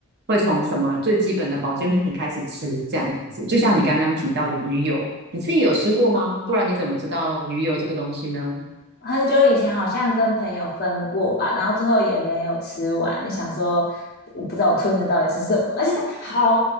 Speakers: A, on the right; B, on the left.
A: 会从什么最基本的保健品开始吃，这样子。就像你刚刚提到的鱼油，你自己有吃过吗？不然你怎么知道鱼油这个东西呢？
B: 很久以前好像跟朋友分过吧，然后最后也没有吃完，你想说我不知道我吞的到底是什么，而且它好